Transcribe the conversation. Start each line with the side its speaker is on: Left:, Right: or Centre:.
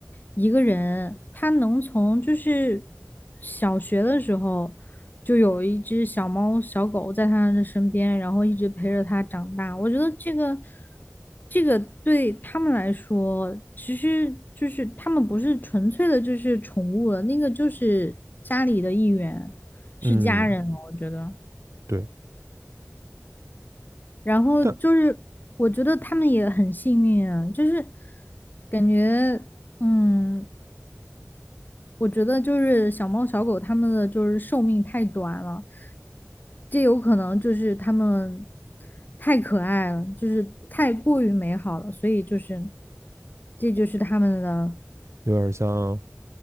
Left: 一个人，他能从就是小学的时候就有一只小猫、小狗在他的身边，然后一直陪着他长大。我觉得这个。这个对他们来说，其实就是他们不是纯粹的，就是宠物了，那个就是家里的一员，是家人了，
Right: 嗯。
Left: 我觉得。
Right: 对。
Left: 然后就是，
Right: 但
Left: 我觉得他们也很幸运啊，就是感觉，嗯，我觉得就是小猫小狗它们的就是寿命太短了，这有可能就是他们太可爱了，就是太过于美好了，所以就是这就是他们的。
Right: 有点像